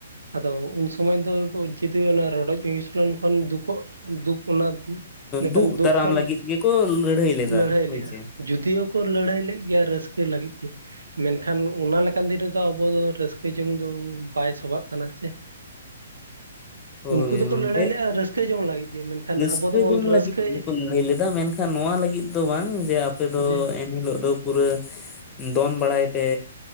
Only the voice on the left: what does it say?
ᱫᱩᱜ
ᱫᱟᱨᱟᱢ
ᱞᱟᱹᱜᱤᱫ ᱜᱮᱠᱚ ᱞᱟᱹᱲᱦᱟᱹᱭ ᱞᱮᱫᱟ
ᱦᱳᱭ
ᱪᱮ᱾
ᱦᱳᱭ
ᱜᱚᱝᱠᱮ
ᱨᱟᱹᱥᱠᱟᱹ
ᱡᱚᱝ
ᱞᱟᱹᱜᱤᱫ ᱜᱮᱠᱚ ᱞᱟᱹᱲᱦᱟᱹᱭ ᱞᱮᱫᱟ ᱢᱮᱱ ᱠᱷᱟᱱ ᱱᱚᱣᱟ ᱞᱟᱹᱜᱤᱫ ᱫᱚ ᱵᱟᱝ ᱡᱮ ᱟᱯᱮ ᱫᱚ
ᱮᱱᱦᱤᱞᱳᱜ ᱫᱚ ᱯᱩᱨᱟᱹ ᱫᱚᱱ ᱵᱟᱲᱟᱭ ᱯᱮ